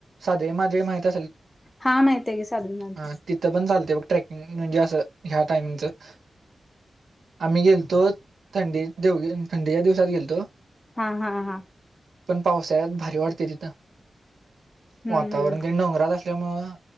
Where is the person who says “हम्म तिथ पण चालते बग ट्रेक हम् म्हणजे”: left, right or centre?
Right